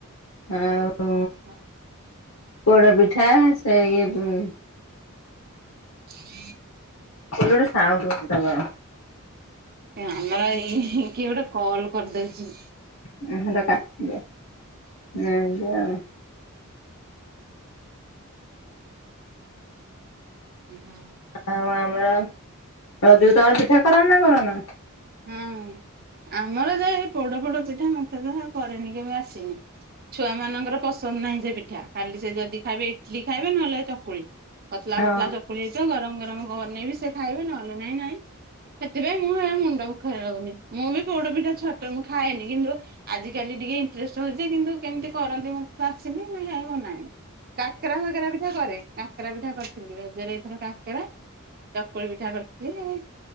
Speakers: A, on the left (about 65°); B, on the right (about 45°).
A: ଆଉ
B: ହଁ।
A: ପୋଡପିଠା ସେ ଇଏ ଉଁ
B: <inaudible>
A: ଗୋଟେ ସାଉଣ୍ଡ ହଉଛି ତମର
B: ଏ ଆମର ଇ ହିଁ କିଏ ଗୋଟେ କଲ୍ କରିଦଉଛି।
A: ଉଁ ହୁଁ ସେଇଟା କାଟିଦିଅ, ଏମିତି ଆଉ
B: ହୁଁ ହୁଁ।
A: ଆଉ ଆମର ରଜୁକୁ ତମର ପିଠା କରନା କରୁନ?
B: ହୁଁ ଆମର ତ ଏଇ ପୋଡ ଫୋଡ ପିଠା ମତେ ତ କରେନି କେବେ ଆସିନି ଛୁଆମାନଙ୍କର ପସନ୍ଦ ନାହିଁ ସେ ପିଠା ଖାଲି ସେ ଯଦି ଖାଇବେ ଇଟଲି ଖାଇବେ ନହେଲେ ଏଇ ଚକୁଳି ପତଲା
A: ହଁ।
B: ପତଲା ଚ କୁଳି ହେଇଥିବ ଗରମ ଗରମ ବନେଇବି ସେ ଖାଇବେ ନହେଲେ ନାଇଁ ନାଇଁ ସେଥିପାଇଁ ମୁଁ ହେ ମୁଣ୍ଡ ଖେଳଉନି ମୁଁ ବି ପୋଡ ପିଠା ଛୋଟ ମୁଁ ଖାଏନି କିନ୍ତୁ ଆଜିକାଲି ଟିକେ ଇଣ୍ଟରେଷ୍ଟ୍ ହଉଛି କିନ୍ତୁ କେମିତି କରନ୍ତି ମତେ ତ ଆସିନି ମୁଁ ହେଇ ବନାଏନି। କାକେରା ଫାକେରା ପିଠା କରେ। କାକେରା ପିଠା କରିଥିଲି ରଜରେ ଏଇଥର କାକେରା, ଚକୁଳି ପିଠା କରିଥିଲି।